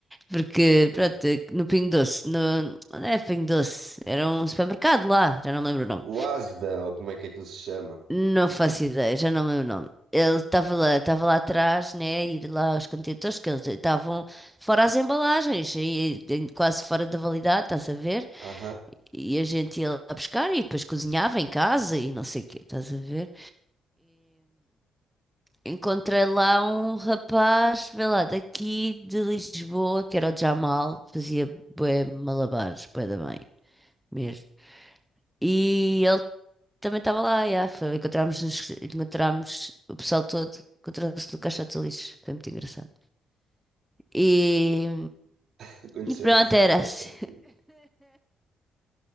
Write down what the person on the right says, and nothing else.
Hum.
O ASDA, ou como é que é que ele se chama?
Aham,
<laughs> conheceram-se
no Caixote
de Lixo.